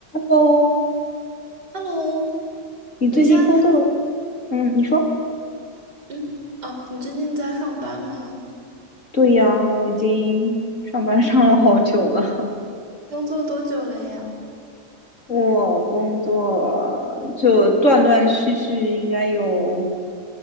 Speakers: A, on the left (about 45°); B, on the right (about 80°).
A: 哦，
B: Hello，
A: 你最近工作？
B: 你现在在
A: 嗯，你说？
B: 嗯哦，你最近在上班吗？
A: 对呀，我已经上班上了好久了。
B: 工作多久了呀？
A: <laughs> 我工作就断断续续，应该有